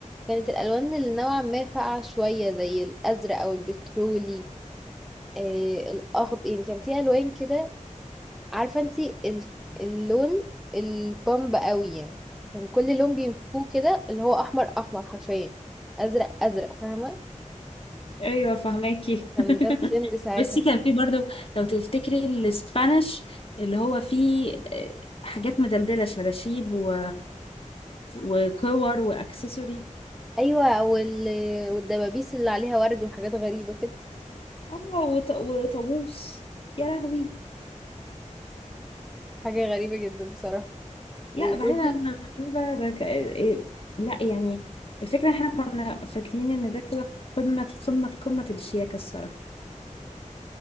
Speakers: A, in the centre; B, on the left.
A: كانت الالوان اللي نوعا ما فاقعه شويه زي الازرق او البترولي آه الاخضر يعني كان في الوان كده عارفة انتي ال- اللون البامب قوي يعني كان كل لون بيمسكوه كده اللي هو احمر احمر حرفيا ازرق ازرق فاهمة
B: ايوه فهماكي
A: كان ده الترند
B: <laughs>
A: ساعتها
B: بس كان في برضو لو تفتكري الاسبانيش اللي هو فيه آه، حاجات مدلدلة شلاشيب و... وكور واكسسوري
A: ايوه وال... والدبابيس اللي عليها ورد وحاجات غريبة كده
B: اه وط... وطابوس يا لهوي
A: حاجة غريبة جدا بصراحة
B: لا
A: وبرده
B: بعيدا عن المغربة، ده ك... إيه، لا يعني الفكرة احنا كنا فاكرين ان ده كده قمة قمة قمة الشياكة الصراحة